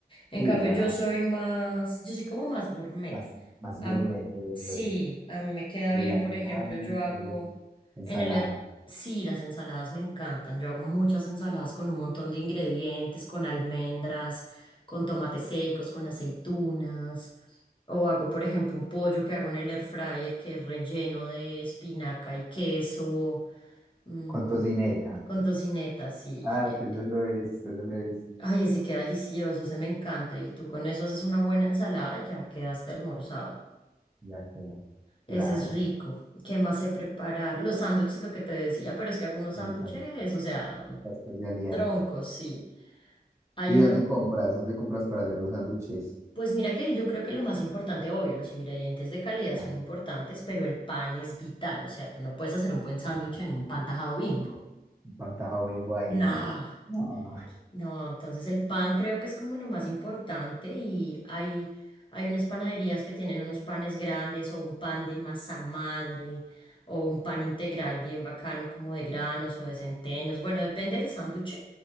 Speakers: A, on the left (about 30°); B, on the right (about 15°).
A: En
B: sí,
A: cambio,
B: ya,
A: yo soy más, yo soy como más gourmet.
B: más, más
A: Am-
B: gourmet, güey,
A: sí,
B: güey,
A: a mí me queda
B: con
A: bien,
B: lasaña,
A: por ejemplo, yo hago
B: Ensalada
A: en el... her- Sí, las ensaladas me encantan. Yo hago muchas ensaladas con un montón de ingredientes, con almendras, con tomates secos, con aceitunas. O hago, por ejemplo, un pollo que hago en el air fryer que es relleno de espinaca y queso, mm,
B: con tocineta.
A: con tocineta, sí.
B: Ah,
A: eh,
B: sí, eso lo he visto, eso lo he visto.
A: Ay, ese queda delicioso, ese me encanta. Y tú con eso haces una buena ensalada y ya quedaste almorzado.
B: Ya queda. Claro,
A: Ese es rico. ¿Qué más sé preparar? Los sándwiches, lo que te decía, pero es que hago unos sándwiches,
B: los sándwiches,
A: o sea,
B: la especialidad.
A: troncos, sí. Hay
B: ¿Y
A: uno.
B: dónde compras? ¿Dónde compras para hacer los sándwiches?
A: Pues mira que yo creo que lo más importante, obvio, los ingredientes de calidad
B: Ah,
A: son importantes, pero el pan es vital. O sea, tú no puedes hacer un buen sándwich
B: pan-
A: en un pan tajado Bimbo.
B: Pantaja Bimbo ahí.
A: No.
B: No,
A: No, entonces el pan creo que es como lo más importante y hay, hay unas panaderías que tienen unos panes grandes o un pan de masa madre o un pan integral bien bacano como de granos o de centenos. Bueno, depende del sándwich,